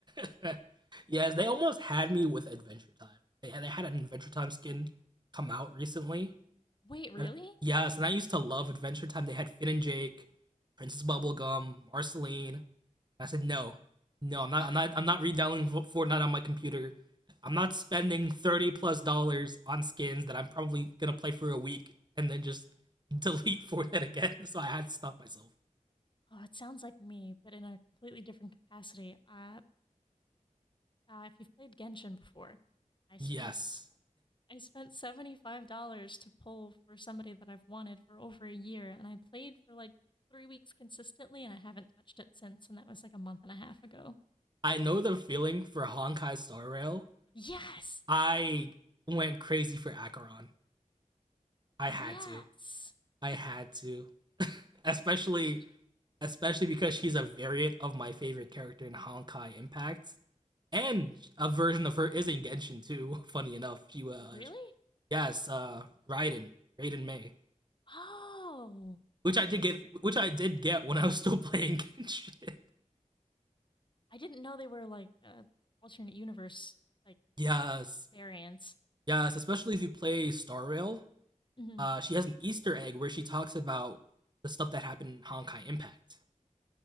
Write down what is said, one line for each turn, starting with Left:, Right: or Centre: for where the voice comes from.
Right: <laughs> yes, they almost had me with Adventure Time. They had, they had an Adventure Time skin come out recently,
Left: <laughs> Wait, really?
Right: and yes, and I used to love Adventure Time. They had Finn and Jake, Princess Bubblegum, Marceline I said, no, no, I'm not,
Left: <laughs>
Right: I'm not, I'm not redownloading Fortnite on my computer. I'm not spending thirty plus dollars on skins that I'm probably gonna play for a week and then just <laughs> delete Fortnite again. <laughs> So I had to stop myself.
Left: Oh, it sounds like me, but in a completely different capacity. Uh, uh, if you've played Genshin before, I spent
Right: Yes,
Left: I spent seventy five dollars to pull for somebody that I've wanted for over a year, and I played for like three weeks consistently, and I haven't touched it since, and that was like a month and a half ago.
Right: I know the feeling for Honkai Star Rail.
Left: Yes,
Right: I went crazy for Acheron. I
Left: yes.
Right: had to. I had to. <laughs>
Left: <gasps>
Right: especially
Left: Oh my god,
Right: especially because she's a variant of my favorite character in Honkai Impact. and a version of her is in Genshin too. <laughs> Funny enough, she was uh,
Left: really?
Right: yes, uh, Raiden, Raiden Mei,
Left: Oh,
Right: which I
Left: I
Right: did
Left: I s-
Right: get, which I did get when I was <laughs> still playing Genshin.
Left: I didn't know they were like uh, alternate universe like
Right: <laughs> yes,
Left: variants.
Right: yes, especially if you play Star Rail.
Left: Mhm.
Right: Uh, she has an Easter egg where she talks about the stuff that happened in Honkai Impact.